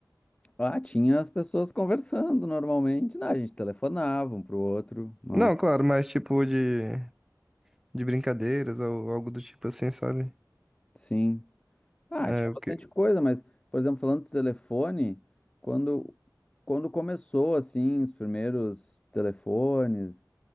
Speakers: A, on the left (about 15°); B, in the centre.
A: ah, tinha as pessoas conversando normalmente, né? A gente telefonava um pro outro, não
B: Não,
A: é?
B: claro, mas tipo de de brincadeiras ou algo do tipo assim, sabe?
A: Sim. Ah,
B: É
A: tinha
B: o
A: bastante
B: que.
A: coisa, mas, por exemplo, falando de telefone, quando, quando começou, assim, os primeiros telefones,